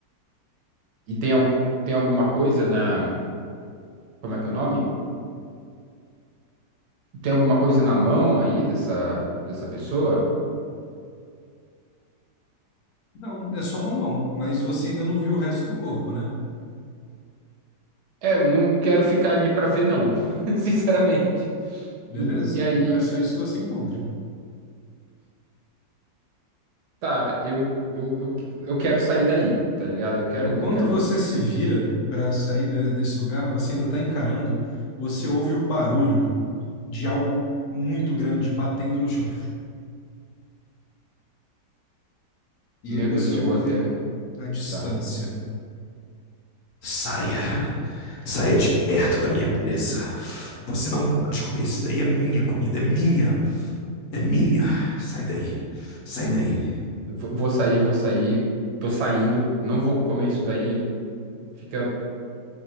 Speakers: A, on the right (about 70°); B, on the left (about 65°).
A: e tem, al- tem alguma coisa na. Como é que é o nome? Tem alguma coisa na mão aí dessa, dessa pessoa?
B: Não, é só uma mão, mas você ainda não viu o resto do corpo, né?
A: É, eu não quero ficar ali pra ver, não, <laughs> sinceramente.
B: Beleza,
A: E, e aí.
B: então é só isso que você encontra.
A: Tá, eu, eu, eu, eu quero sair daí, tá ligado? Eu quero,
B: Enquanto
A: eu quero.
B: você se vira para sair da- desse lugar, você ainda está encarando, você ouve o barulho de algo muito grande batendo no chão. E
A: Meu
B: aí você
A: Deus, chegou
B: ouve
A: até.
B: a distância.
A: Tá.
B: Saia, saia de perto da minha presa. Você não pode comer isso daí, é minha comida, é minha, é minha. Sai daí, sai
A: Hum,
B: daí.
A: Vou vou sair, vou sair. Tô saindo. Não vou comer isso daí. Fica.